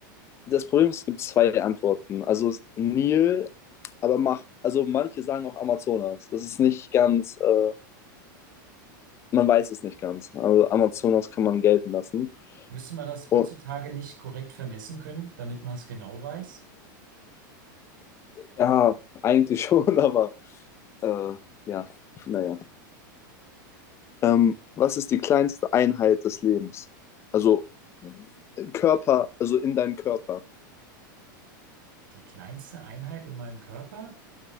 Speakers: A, on the left; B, on the right.
A: Das Problem ist, es gibt zwei Antworten. Also es- Nil, aber mach, also manche sagen auch Amazonas. Das ist nicht ganz äh, man weiß es nicht ganz. Also Amazonas kann man gelten lassen.
B: Müsste man das heutzutage
A: Und,
B: nicht korrekt vermessen können, damit man es genau weiß?
A: ja, eigentlich <laughs> schon, aber äh, ja, naja. Ähm, was ist die kleinste Einheit des Lebens? Also Körper, also in deinem Körper.
B: Die kleinste Einheit in meinem Körper?